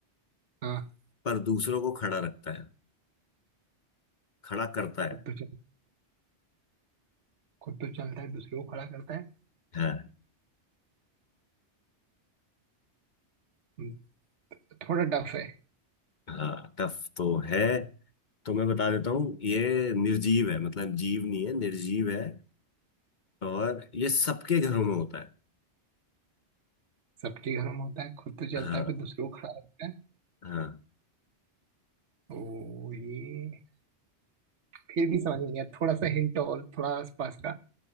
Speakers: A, on the right (about 80°); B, on the left (about 45°).
A: हाँ
B: पर दूसरों को खड़ा रखता है खड़ा करता
A: खुद
B: है
A: तो चल खुद तो चलता है दूसरे को खड़ा करता है
B: हाँ
A: हम्म, थोड़ा टफ है
B: हाँ टफ तो है तो मैं बता देता हूँ ये निर्जीव है मतलब जीव नहीं है निर्जीव है और ये सबके घरों में होता है
A: सबके घर में होता है खुद तो चलता
B: हाँ
A: है फिर दूसरे को खड़ा करता है
B: हाँ
A: ओ ये फिर भी समझ नहीं आया थोड़ा सा हिंट और थोड़ा आसपास का